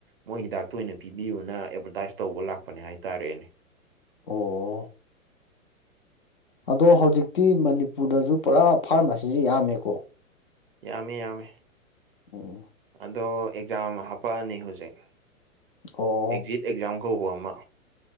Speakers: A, on the right; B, on the left.
A: ꯃꯣꯏ ꯍꯤꯗꯥꯛꯇ ꯑꯣꯏꯅ ꯄꯤꯕꯤꯌꯨꯅ ꯑꯦꯗꯚꯔꯗꯥꯏꯁ ꯇꯧꯕ ꯂꯥꯛꯄꯅꯦ ꯍꯥꯏꯇꯥꯔꯦꯅꯦ꯫
B: ꯑꯣ꯫ ꯑꯗꯣ ꯍꯧꯖꯤꯛꯇꯤ ꯃꯅꯤꯄꯨꯔꯗꯁꯨ ꯄꯨꯔꯥ ꯐꯥꯔꯃꯥꯁꯤꯁꯦ ꯌꯥꯝꯃꯦꯀꯣ꯫
A: ꯌꯥꯝꯃꯤ-ꯌꯥꯝꯃꯤ꯫
B: ꯑꯣ
A: ꯑꯗꯣ ꯑꯦꯛꯖꯥꯝ ꯍꯥꯄꯛꯑꯅꯤ ꯍꯧꯖꯤꯛ
B: ꯑꯣ
A: ꯑꯦꯛꯖꯤꯠ ꯑꯦꯛꯖꯥꯝ ꯀꯧꯕ ꯑꯃ